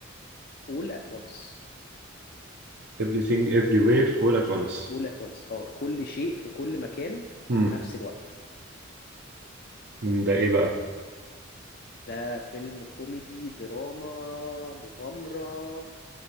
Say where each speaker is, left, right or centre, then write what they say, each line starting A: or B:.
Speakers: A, on the left (about 50°); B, on the right (about 50°).
A: all at once
B: everything everywhere all at once
A: all at once اه كل شيء في كل مكان
B: مم.
A: في نفس الوقت
B: مم. ده ايه بقى
A: ده فيلم كوميدي دراما مغامرة